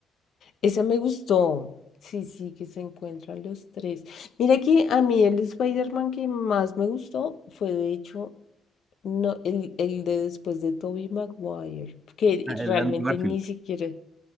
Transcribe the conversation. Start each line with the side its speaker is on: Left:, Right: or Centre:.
Left: esa me gustó. Sí, sí, que se encuentran los tres. Mira que a mí el Spider-Man que más me gustó fue de hecho no, el, el de después de Tobey Maguire, que
Right: Ah, El
Left: realmente
Right: Andrew Garfield.
Left: ni siquiera